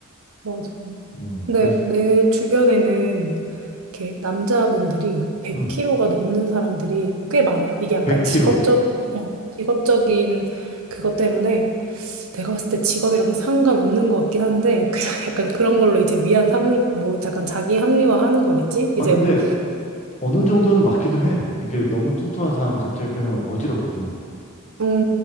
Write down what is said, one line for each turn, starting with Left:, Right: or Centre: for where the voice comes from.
Right: 맞아.
Left: 음
Right: 근데
Left: 그래서
Right: 내 주변에는 이렇게 남자분들이 100kg가
Left: 음음
Right: 넘는 사람들이 꽤 많아. 이게 약간
Left: 100kg
Right: 직업적, 어, 직업적인 그것 때문에 내가 봤을 때 직업이랑 상관없는 것 같긴 한데, 그냥 <laughs> 약간 그런 걸로 이제 위안 삼는, 뭐 약간 자기 합리화 하는 거겠지?
Left: 아,
Right: 이제
Left: 근데
Right: 뭐
Left: 어느 정도는 맞기도 해. 이게 너무 뚱뚱한 사람 갑자기 빼면 어지럽거든.
Right: 어,